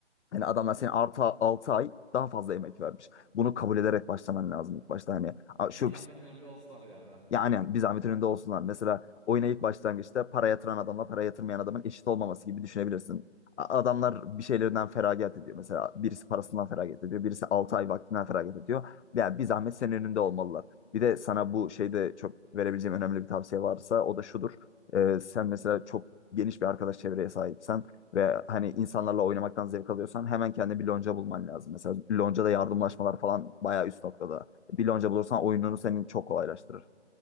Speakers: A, on the left; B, in the centre.
A: Yani adamlar senin artı 6 ay daha fazla emek vermiş. Bunu kabul ederek başlaman lazım ilk başta. Hani "Aa,
B: Bir
A: şu
B: zahmet önümde olsalar yani.
A: yani bir zahmet önünde olsunlar. Mesela oyuna ilk başlangıçta para yatıran adamla para yatırmayan adamın eşit olmaması gibi düşünebilirsin. A- Adamlar bir şeylerinden feragat ediyor. Mesela birisi parasından feragat ediyor. Birisi 6 ay vaktinden feragat ediyor. Yani bir zahmet senin önünde olmalılar. Bir de sana bu şeyde çok verebileceğim önemli bir tavsiye varsa o da şudur. Ee, sen mesela çok geniş bir arkadaş çevreye sahipsen ve hani insanlarla oynamaktan zevk alıyorsan hemen kendine bir lonca bulman lazım. Mesela loncada yardımlaşmalar falan bayağı üst noktada. Bir lonca bulursan oyununu senin çok kolaylaştırır.